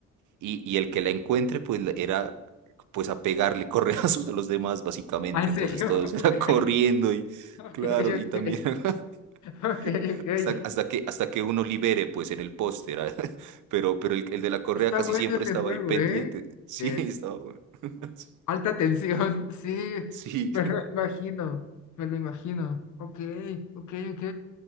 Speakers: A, on the right; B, on the left.
A: Y, y el que la encuentre, pues la- era pues a pegarle <laughs> correazos a los demás, básicamente.
B: Ah, ¿En serio?
A: Entonces todos
B: <laughs>
A: era <laughs> corriendo y
B: Ok,
A: claro,
B: ok,
A: y también <laughs>
B: ok, ok, ok.
A: hasta, hasta que, hasta que uno libere, pues en el poste era. <laughs> Pero, pero el, el de la correa
B: Está
A: casi
B: bueno
A: siempre
B: este
A: estaba
B: juego,
A: ahí pendiente.
B: ¿eh?
A: <laughs> Sí,
B: De
A: estaba bueno. <laughs>
B: alta tensión, <laughs> sí,
A: Sí,
B: me lo imagino, me lo imagino. Ok, ok, ok.